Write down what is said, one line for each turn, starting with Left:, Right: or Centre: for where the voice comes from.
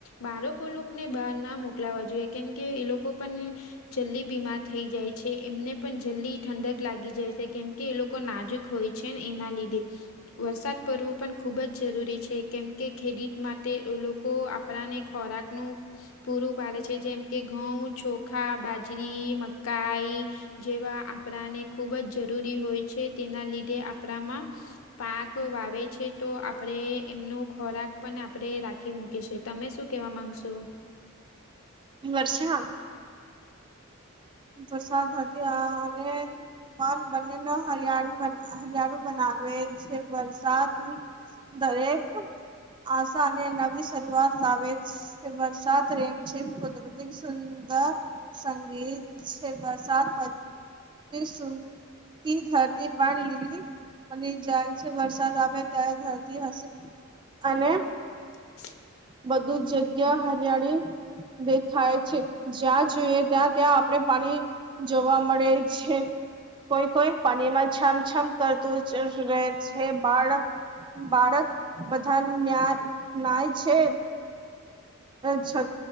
Left: બાળકો લોકોને બહાર ના મોકલાવા જોઈએ, કેમ કે એ લોકો પણ જલ્દી બીમાર થઈ જાય છે, એમને પણ જલ્દી ઠંડક લાગી જાય છે કેમકે એ લોકો નાજુક હોય છે, ને એના લીધે વરસાદ પડવું પણ ખુબ જ જરૂરી છે, કેમ કે ખેડૂત માટે લોકો કપડા ને ખોરાક નું પૂરું વારે છે, જેમ કે ઘઉં, ચોખા, બાજરી, મકાઈ, જેવા આપણાને ખુબ જ જરૂરી હોય છે, તેના લીધે આપણામાં પાક વાવે છે તો આપણેે એમનો ખોરાક પણ આપણે રાખી કી મૂકી છે, તમે શું કેવા માંગશો?
Right: વર્ષા વરસાદ હતી અરે મન બનેને હરિયાળી હરિયાળુ બનાવે છે, વરસાદની દરેક આસા અને નવી શરૂઆત લાવે વરસાદ રીમઝીમ કુદરતી સુંદર સંગીત છે, વરસાદ પ સુકી ધરતી પણ લીલી મને જાય છે, વરસાદ આવે ત્યારે ધરતી હશે અને
Left: <unintelligible>
Right: બધું જગ્યા હરિયાળી દેખાય છે, જ્યાં જોઈએ ત્યાં ત્યાં આપણે પાણી જોવા મળે છે. કોઈ કોઈ પાણીમાં છમછમ કરતું જ રહે છે, બાળક બાળક બધા ન્યાય નાયાય છે. અ છ